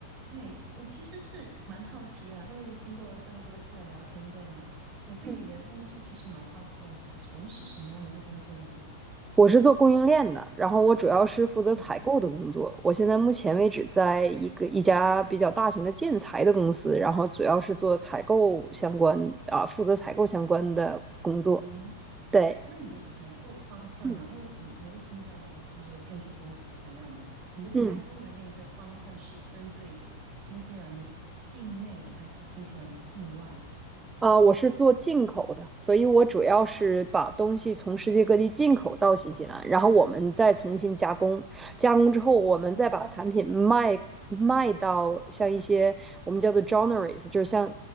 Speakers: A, on the right (about 50°); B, on the right (about 15°).
A: 哎，我其实是蛮好奇啊，因为经过了这么多次的聊天，对吗？我对你的工作其实蛮好奇的，
B: 嗯，
A: 你是在从事什么样的一个工作呢？
B: 我是做供应链的，然后我主要是负责采购的工作。
A: 嗯
B: 我现在目前为止在一个一家比较大型的建材的公司，然后主要是做采购相关啊，负责采购相关的工作。
A: 嗯哼，
B: 对，
A: 那你的采购方向啊，
B: 嗯，
A: 因为我我也听到就是说建筑公司材料嘛，你的采购的那个方向是针对新西兰境内的还是新西兰境外的？
B: 嗯。啊，我是做进口的，所以我主要是把东西从世界各地进口到新西兰，然后我们再重新加工，加工之后我们再把产品卖卖到像一些我们叫做
A: 哦，
B: joineries，就是像